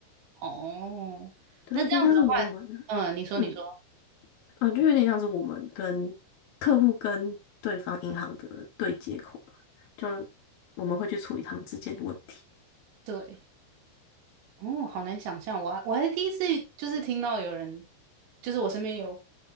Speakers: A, on the right; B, on the left.
A: 哦，
B: 对，
A: 那这样子的话，
B: 有点像是我们。
A: 嗯，你说你说，
B: 嗯，嗯，就有点像是我们跟客户跟对方银行的对接口吧，就我们会去处理他们之间的问题。
A: 对，哦，好难想象，我还我还是第一次就是听到有人，就是我身边有